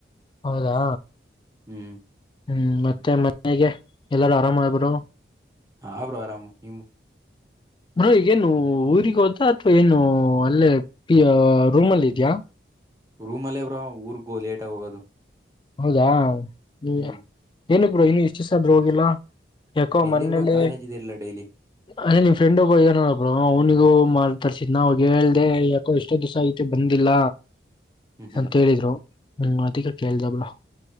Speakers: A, on the left (about 25°); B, on the right (about 15°).
A: ಹೌದಾ
B: ಹ್ಮ್
A: ಹ್ಮ್ ಮತ್ತೆ ಮನೆಗೆ ಎಲ್ಲಾರು ಆರಾಮ ಆದಬರು
B: ಹ ಹಬ್ರು ಆರಾಮು ನಿಮ್ಮ
A: ಬಡೋ ಈಗೇನು ಊರಿಗೆ ಹೋದಾ ಅಥವಾ ಏನು ಅಲ್ಲೇ ಪ ರೂಮ್ಲ್ಲಿ ಇದ್ಯಾ
B: ರೂಮಲ್ಲೇ ಅವ್ರೋ ಊರ್ಗೋ ಲೇಟಗ ಹೋಗೋದು
A: ಹೌದಾ ಹ್ಮಾ
B: ಹ್ಮ್
A: ಏನ ಕಡ ಇನ್ನು ಎಷ್ಟುಾದ್ ಹೋಗಿಲ್ಲಾ ಯಾಕೋ
B: ಎಲ್ಲಿ
A: ಮನೇಲಿ
B: ಬ್ರೋ ಕಾಲೇಜ್ ಇದೆಯಲ್ಲ ಡೈಲಿ
A: ಅದೇ ನಿ ಫ್ರೆಂಡ್ ಒಬ್ಬ ಇದನೋಡಬ್ ಅವ್ನಿಗೂ ತರ್ಸಿದ್ ನಾಾಗ ಹೇಳ್ದ ಯಾಕೋ ಎಷ್ಟೋ ದಿವಸ ಐತೆ ಬಂದಿಲ್ಲ
B: ಹ್ಮ್ ಹ್ಮ್
A: ಅಂತ ಹೇಳಿದ್ರು ಹ್ಮ ಅದಿಕಕ್ಕೆಲಖೇಳಳ್ದಾವಾ